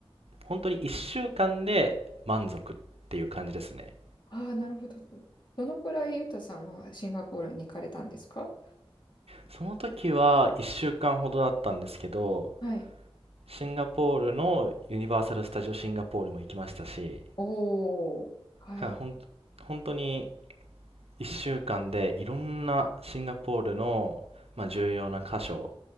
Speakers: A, on the right; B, on the left.
A: 本当に1週間で満足っていう感じですね。
B: ああ、なるほど。どのくらいユタさんはシンガポールに行かれたんですか
A: その時は1週間ほどだったんですけど、
B: はい。
A: シンガポールのユニバーサル・スタジオ・シンガポールも行きましたし、
B: おおはい。
A: からほん、本当に1週間でいろんなシンガポールの、まあ、重要な箇所を